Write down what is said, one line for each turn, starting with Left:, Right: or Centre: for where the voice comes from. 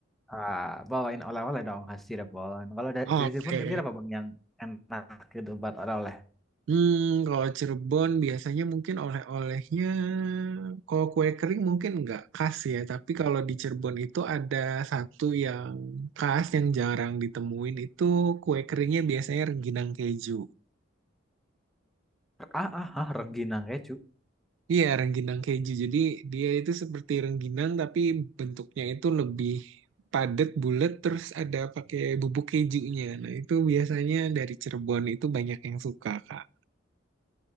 Centre: Ah, bawain oleh-oleh dong khas Cirebon. Kalau ada dari
Right: Oke.
Centre: Cirebon kira-kira apa bang yang enak gitu buat oleh-oleh?
Right: Hmm, kalau Cirebon biasanya mungkin oleh-olehnya, kalau kue kering mungkin nggak khas ya, tapi kalau di Cirebon itu ada satu yang khas yang jarang ditemuin itu kue keringnya biasanya rengginang keju.
Centre: Ah, ah, ah, rengginang keju.
Right: Iya, rengginang keju. Jadi dia itu seperti rengginang tapi bentuknya itu lebih padat, bulat, terus ada pakai bubuk kejunya. Nah, itu biasanya dari Cirebon itu banyak yang suka, Kak.